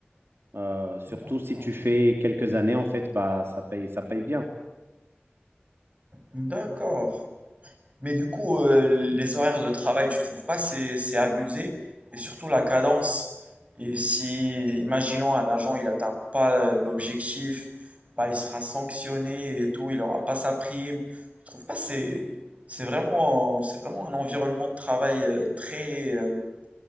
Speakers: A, on the right; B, on the right.
A: Euh, surtout
B: D'accord.
A: si tu fais quelques années en fait, bah, ça paye, ça paye bien.
B: d'accord. Mais du coup, euh, les horaires de travail, tu trouves pas c'est c'est abusé? Et surtout la cadence. Et si, imaginons, un agent, il n'atteint pas euh, l'objectif, bah, il sera sanctionné et tout, il n'aura pas sa prime. Tu trouves pas c'est c'est vraiment c'est vraiment un environnement de travail euh, très euh,